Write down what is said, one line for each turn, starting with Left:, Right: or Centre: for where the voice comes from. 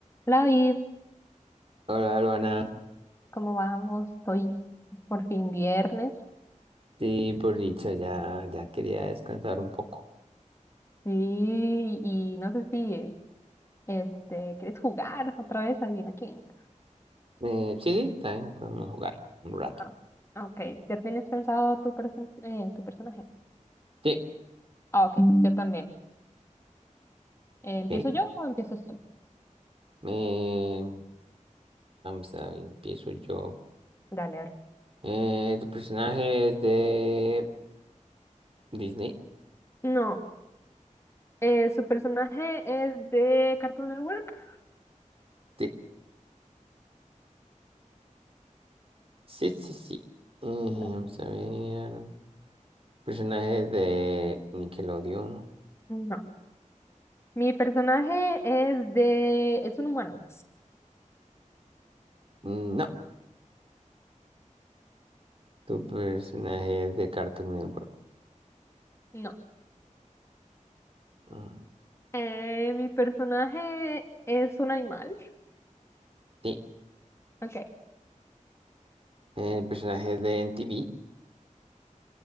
Left: Hola, David,
Right: Hola, Luana.
Left: ¿cómo vamos? Hoy por fin viernes.
Right: Sí, por dicha, ya, ya quería descansar un poco.
Left: Sí, y no sé si este quieres jugar otra vez, adivina quién.
Right: Eh, sí, sí, también podemos jugar un rato.
Left: Ah, ok, ¿ya tienes pensado tu, perso- eh, tu personaje?
Right: Sí,
Left: Ah, ok, yo también. Eh,
Right: ok.
Left: ¿empiezo yo o empiezas tú?
Right: Eh, vamos a ver, empiezo yo.
Left: Dale, ahora.
Right: Eh, ¿tu personaje es de Disney?
Left: No, eh, su personaje es de Cartoon Network.
Right: Sí, sí, sí, sí. Eh, vamos
Left: Dale.
Right: a ver. ¿Personaje es de Nickelodeon?
Left: No. Mi personaje es de... ¿Es un humano?
Right: Mm, No. ¿Tu personaje es de Cartoon Network?
Left: No.
Right: Mm,
Left: Eh, mi personaje es un animal.
Right: Sí.
Left: Ok.
Right: Eh, ¿personaje es de NTV?